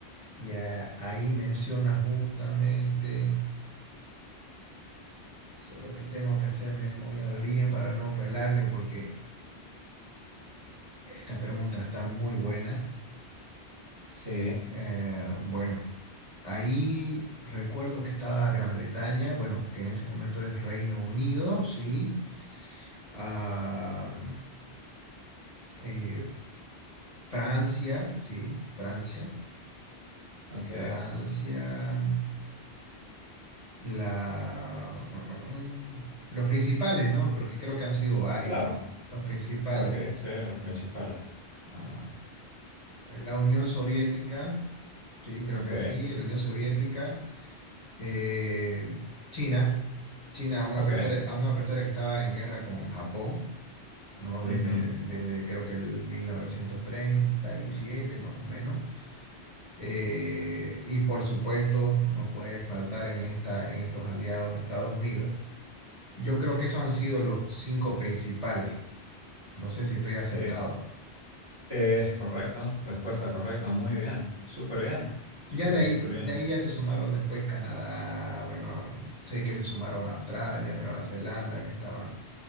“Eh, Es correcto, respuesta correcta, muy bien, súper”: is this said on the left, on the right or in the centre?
Right